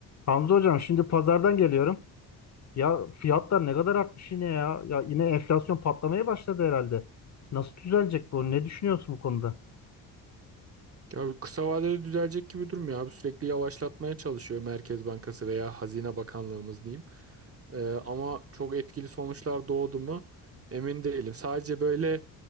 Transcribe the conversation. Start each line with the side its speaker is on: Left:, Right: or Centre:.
Left: Hamza hocam şimdi pazardan geliyorum. Ya fiyatlar ne kadar artmış yine ya. Ya yine enflasyon patlamaya başladı herhalde. Nasıl düzelecek bu? Ne düşünüyorsun bu konuda?
Right: Ya kısa vadede düzelecek gibi durmuyor abi. Sürekli yavaşlatmaya çalışıyor Merkez Bankası veya Hazine Bakanlığımız diyeyim. Ee, ama çok etkili sonuçlar doğdu mu emin değilim. Sadece böyle